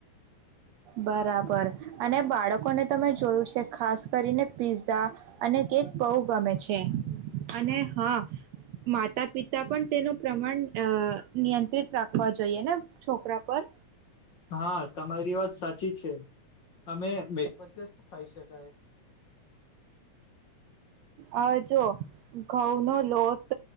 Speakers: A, on the right (about 70°); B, on the left (about 45°).
A: બરાબર અને બાળકોને તમે જોયું છે. ખાસ કરીને પિઝા અને કેક બહુ ગમે છે અને હા માતા પિતા પણ તેનું પ્રમાણ અ નિયંત્રિત રાખવા જોઈએ ને છોકરા પર
B: હા તમારી વાત સાચી અમે મેત <unintelligible> શું ખાઈ શકાય
A: અ જો ઘઉં નો લોટ